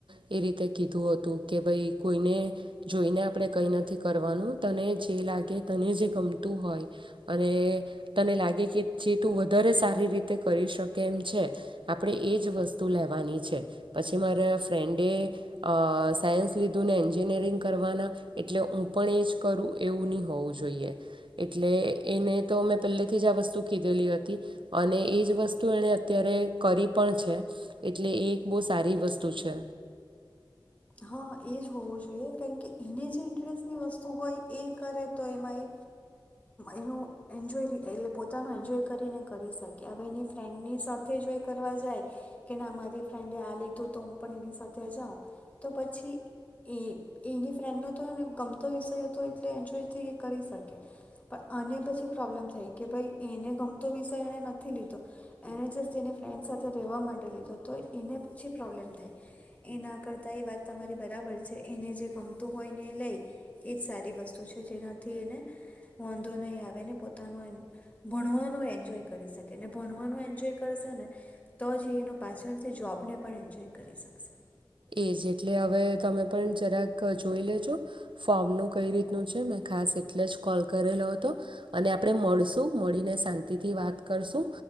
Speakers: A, on the right; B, on the left.
A: એ રીતે કીધું હતું કે ભાઈ કોઈને જોઈને આપણે કંઈ નથી કરવાનું તને જે લાગે તને જે ગમતું હોય અને તને લાગે કે જે તું વધારે સારી રીતે કરીશક કેમ છે. આપડે એજ વસ્તુ લેવાની છે, પછી મારા ફ્રેન્ડએ અ સાયન્સ લીધું ને એન્જિનિયરિંગ કરવાના એટલે હું પણ એજ કરું એવું ની હોવું જોઈએ. એટલે એને તો મે પેલે થી જ આ વસ્તુ કીધેલી હતી અને એજ વસ્ તુ એણે અત્યારે કરી પણ છે એટલે એ એક બહુ સારી વસ્તુ છે.
B: હા એ જ હોવું જોઈએ કારણ કે એને જે ઇન્ટરેસ્ટની વસ્તુ હોય એ કરે તો એમાં એ એનું એન્જય એલે પોતાનો એન્જોય કરીને કરી શકે. હવે એની ફ્રેન્ડની સાથે જો એ કરવા જાય કે મારી ફ્રેન્ડ આ લીધું તો હું પણ એની સાથે જાઉં તો પછી એ એની ફ્રેન્ડનો તો એને ગમતો વિષય હતો એટલે એન્જોયથી એ કરી શકે પણ આને પછી પ્રોબ્લેમ થાય કે ભાઈ એને ગમતો વિષય એણે નથી લીધો, એણે જસ્ટ એની ફ્રેન્ડ સાથે રહેવા માટે લીધો. તો એને પછી પ્રોબ્લેમ થાય એના કર તા એ વાત તમારી બરાબર છે એને જે ગમતું હોય ને એ લઈ એ જ સારી વસ્તુ છે જેનાથી એને વાોંધો નહીં આવેને પોતાનું ભણવાનું એન્જોય કરી શકેને ભણવાનું એન્જોય કરશે ને તો જ એનો પાછળથી જોબને પણ એન્જોય કરી શકશે.
A: એ જ એટલે હવે તમે પણ જરાક જોઈ લેજો. ફોર્મનું કઈ રીતનું છે મેં ખાસ એટલે જ કોલ કરેલો હતો અને આપણે મળશું, મળીને શાંતિથી વાત કરશું